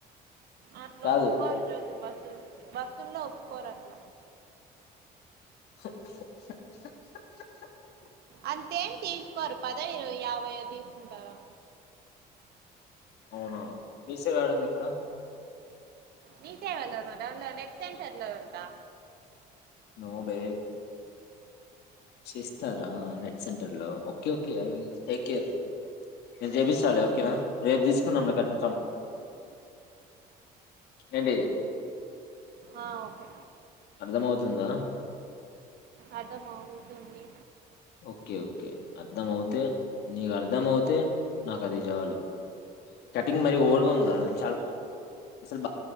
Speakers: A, on the right; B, on the left.
A: అట్ల
B: కాదు
A: ఒప్పుకోరు జ్యోతి బస్ బస్సుల్లో పోరత్న
B: <unintelligible>
A: అంతేం తీసుకోరు పదో ఇరవై యాభైయ్యో తీసుకుంటారా
B: అవునా బీసీ గాడ ఉంది ఇక్కడ
A: మీ సేవలో ఉన్నా డౌన్లో నెట్ సెంటర్ లో ఉంటా
B: నోబె చేస్తారా నెట్ సెంటర్లో ఓకే ఓకేఐవిల్ టేక్ కేర్ నేను చేపిస్తాలే ఓకేనా రేపు తీసుకున్నాం మీకు <unintelligible> నీసం ఏంటి
A: ఆ ఓకే
B: అర్ధమవుతుందా
A: అర్ధం అవుతుంది
B: ఓకే ఓకే అర్థంమవుతే నీకు అర్థంమవుతే నాకు అది చాలు కటింగ్ మరీ ఓవర్గా ఉందా చాల అసల్